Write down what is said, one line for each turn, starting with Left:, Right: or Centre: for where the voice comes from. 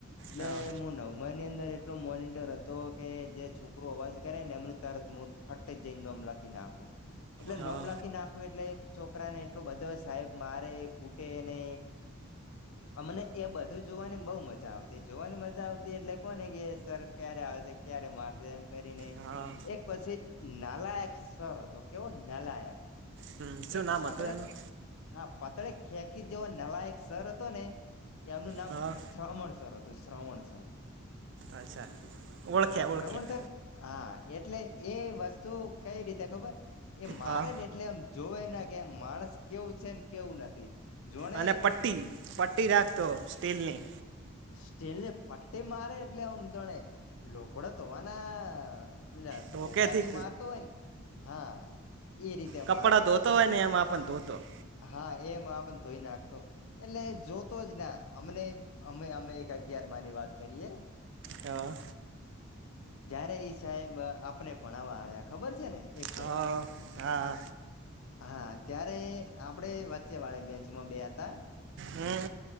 Left: એટલે
Right: હા
Left: હું નવમા ની અંદર એટલો મોનિટર હતો. કે જે છોકરું અવાજ કરે ને એમનું તરત મુહ ફાટી જઈ નેમ લખી નાખું. એટલે
Right: હા
Left: નોમ લખી નાખવું એટલે છોકરા ને એટલો બધો સાહેબ મારે કૂટેને. અમને એ બધું જ જોવાની બહુ મજા આવતી જોવાની મજા આવતી એટલે કોને કે સર ક્યારે આવશે, ક્યારે મારશે એમ. કરીને,
Right: હા
Left: એક પછી નાલાયક સર હતો, કેવો નાલાયક.
Right: હમ, શું
Left: એક
Right: નામ
Left: પાતળીક્ષ
Right: હતું એનું
Left: હા પતળે ખેંખી જેવો નાલાયક સર હતો, ને એમનું નામ
Right: હા
Left: શ્રાવણ સર હતું. તો શ્રાવણ સર.
Right: અચ્છા. ઓળખ્યા
Left: હા
Right: ઓળખ્યા
Left: શ્રાવણ સર હા એટલે એ વસ્તુ કંઈ રીતે ખબર. એ મારે
Right: હા
Left: ને એટલે એમ જોવે ના કે માણસ કેવું છે ને કેવું નથી. જોણે
Right: અને પટ્ટી પટ્ટી રાખતો સ્ટીલની.
Left: સ્ટીલ ને પટ્ટી મારે એટલે આમ જોણે લોકડો તો આના
Right: ધોકેથી
Left: તોખાથી મારતો હોય ને. હા એ રીતે
Right: કપડાં
Left: માર તો.
Right: ધોતો હોય ને એમાં પણ ધોતો
Left: હા એમ આ પણ તોઈ નાખતો, એટલે જોતો જ ના અમને અમે અમે એક અગિયાર માની વાત કરીએ.
Right: હા.
Left: જયારે ઈ સાહેબ આપને ભણાવવા આવ્યા ખબર છે ને એક ફેરો
Right: હા હા.
Left: હા ત્યારે આપડે વચ્ચે વાળે બેન્ચમાં બે હતા.
Right: હું.